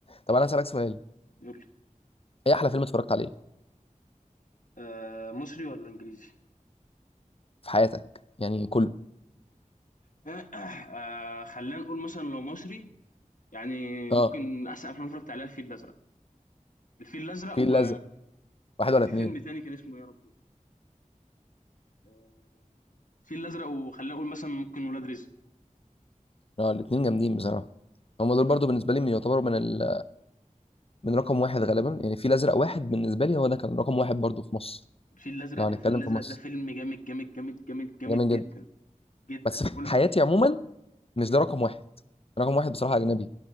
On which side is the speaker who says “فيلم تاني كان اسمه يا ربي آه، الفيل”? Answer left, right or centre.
Left